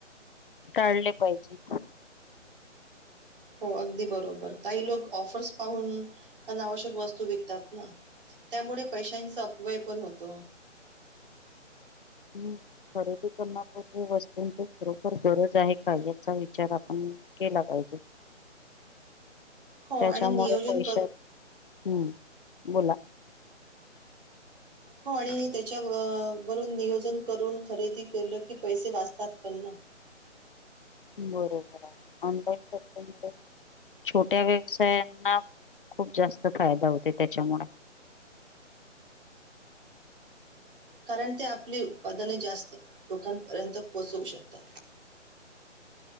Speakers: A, on the left; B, on the right.
A: टाळले पाहिजे.
B: हो अगदी बरोबर काही लोक ऑफर्स पाहून अनावश्यक वस्तू विकतात ना. त्यामुळे पैशांचा अपवय पण होतो.
A: ह् खरेदी करण्यापूर्वी वस्तूंची खरोख गरज आहे. का <inaudible> याचा विचार विचार आपण केला पाहिजे.
B: हो
A: त्याच्यामुळे
B: आणि नियोजन
A: पैशात
B: कर
A: हम्म, बोला.
B: हो आणि, त्याच्या वरून नियोजन करून खरेदी केलं की पैसे वाचतात पण ना.
A: बरोबर आहे. ऑनलाईन करते. छोट्या व्यवसायांना खूप जास्त फायदा होते त्याच्यामुळे.
B: कारण ते आपली उत्पादन जास्त लोकांपर्यंत पोहोचवू शकतात.